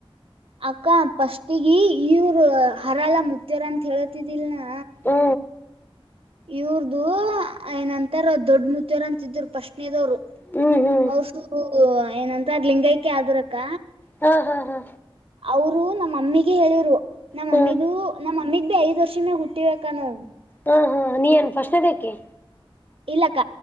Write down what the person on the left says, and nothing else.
ಹ್ಮ
ಹ್ಮ್ ಹ್ಮ್
ಹಾ ಹಾ ಹಾ
ಹ್ಮ್
ಹಾ ಹಾ ನೀ ಏನ್ ಶಣದೇಕಿ